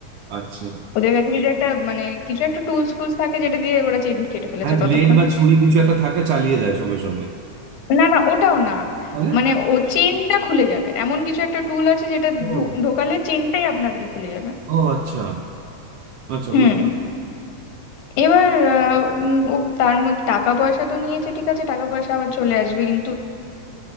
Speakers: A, on the right (about 80°); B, on the left (about 85°).
A: আচ্ছা।
B: ওদের কাছে কিছু একটা মানে কিছু একটা টুলস ফুলস থাকে যেটা দিয়ে ওরা চেন কেটে ফেলেছে
A: হ্যাঁ
B: ততক্ষণে
A: ব্লেড বা ছুরি কিছু একটা থাকে চালিয়ে দেয় সঙ্গে সঙ্গে
B: না না ওটাও না
A: তাহলে
B: মানে ও চেনটা খুলে যাবে এমন কিছু একটা টুল আছে যেটা
A: ও
B: ঢুক- ঢোকালে চেনটাই আপনা আপনি খুলে যাবে
A: ও আচ্ছা আচ্ছা
B: হুম
A: বুঝলাম
B: এবার আহ, উম, ও তার মধ্যে টাকা পয়সা তো নিয়েছে ঠিক আছে টাকা পয়সা আবার চলে আসবে কিন্তু